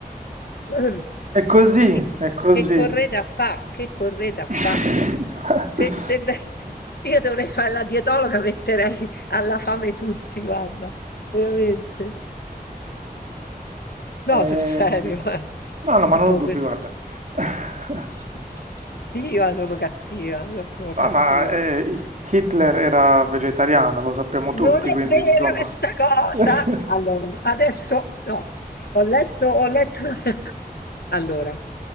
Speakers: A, on the left; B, on the right.
A: <clears throat>
B: È così,
A: Chi-
B: è così.
A: Che, correda fa? Che correda fa?
B: <laughs>
A: Se, se ve- <laughs> io dovrei fare la dietologa, metterei alla fame tutti, guarda, veramente. No,
B: Ehm,
A: sul serio, eh.
B: no, no, ma
A: Tipo,
B: non ho dubbi,
A: que-
B: guarda. <laughs>
A: <laughs> io sono cattiva, sono proprio
B: Ah,
A: cattiva.
B: ma eh, Hitler era vegetariano, lo sappiamo
A: Non
B: tutti,
A: è
B: quindi
A: vera
B: insomma.
A: questa cosa!
B: <laughs>
A: Allora, adesso no, ho letto, ho letto. <laughs> Allora,